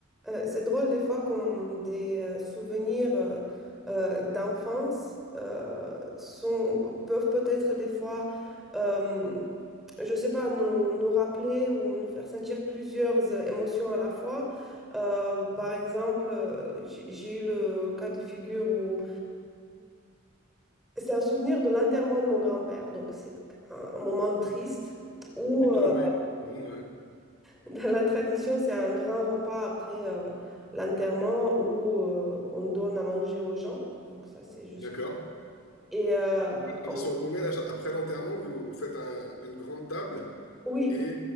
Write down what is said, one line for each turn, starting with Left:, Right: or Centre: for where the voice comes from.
Centre: Euh, c'est drôle des fois quand des euh, souvenirs euh, euh, d'enfance euh, sont, peuvent peut-être des fois, euh, je sais pas, nous, nous rappeler ou nous faire sentir plusieurs euh, émotions à la fois. Euh, par exemple, euh, j'ai j'ai eu le cas de figure où c'est un souvenir de l'enterrement de mon grand-père, donc c'est un un moment triste où
Left: Plutôt,
Centre: euh,
Left: oui. Bon, ouais.
Centre: Dans la tradition, c'est un grand repas après euh, l'enterrement où euh, on donne à manger aux gens. Donc ça, c'est juste.
Left: D'accord.
Centre: Et euh,
Left: La tradition
Centre: on-
Left: roumaine, à chaque- après l'enterrement, vous, vous faites un- une grande table
Centre: oui.
Left: et...